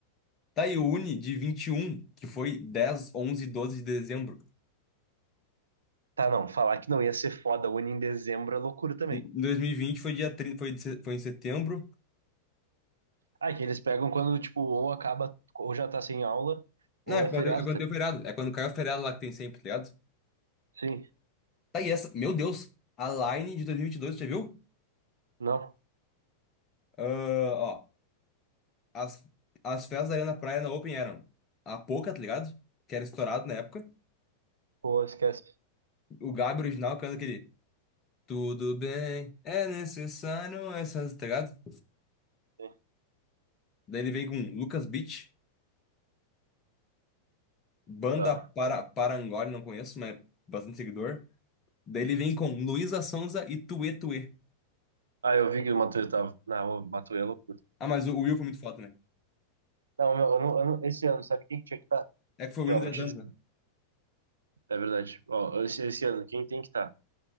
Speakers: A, on the left; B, on the right.
A: Tá, e o Uni de 21, que foi 10, 11 e 12 de dezembro.
B: Tá, não, falar que não ia ser foda, une em dezembro é loucura também.
A: Em 2020 foi dia 30, foi, de se- foi em setembro.
B: Ah, que eles pegam quando, tipo, ou acaba, ou já tá sem aula, ou
A: Não, é
B: é
A: quando,
B: feriado,
A: é quando
B: tá?
A: deu feriado. É quando caiu o feriado lá que tem sempre, tá ligado?
B: Sim,
A: Tá, e essa, meu Deus, a Line de dois mil e e vinte e dois, já viu?
B: não,
A: Ah, ó, as, as festas da Arena Praia na Open eram a Poca, tá ligado? Que era estourado na época.
B: pô, esquece.
A: O Gabi original canta aquele Tudo bem, é necessário essas, tá ligado?
B: Sim,
A: Daí ele vem com Lucas Beach. Banda
B: tá.
A: para, Parangolé, não conheço, mas é bastante seguidor. Daí ele vem com Luísa Sonza e Tuê Tuê.
B: Ah, eu vi que o Matuê tava. Não, o Matuê é loucura.
A: Ah, mas o o Will foi muito foda, né?
B: Não, meu, eu não, eu não- esse ano, sabe quem que tinha que estar?
A: É que foi
B: Aqui,
A: o Will
B: ó,
A: em 10
B: vou te
A: anos,
B: dizer.
A: né?
B: É verdade. Ó, esse, esse ano, quem tem que estar?